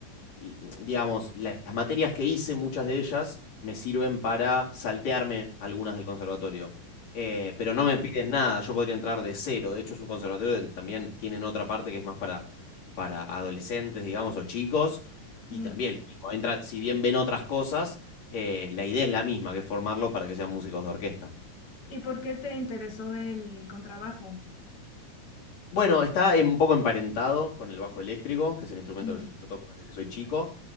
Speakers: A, on the left; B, on the left.
A: y, digamos, la- las materias que hice, muchas de ellas, me sirven para saltearme algunas del conservatorio. Eh, pero no me piden nada, yo podría entrar de cero. De hecho, es un conservatorio donde también tienen otra parte que es más para, para adolescentes, digamos, o chicos. Y
B: Mm.
A: también lo mismo, entran, si bien ven otras cosas, eh, la idea es la misma, que es formarlo para que sean músicos de orquesta.
B: ¿Y por qué te interesó el contrabajo?
A: Bueno, está eh, un poco emparentado con el bajo eléctrico, que es el instrumento
B: Mm.
A: que yo toco desde que soy chico.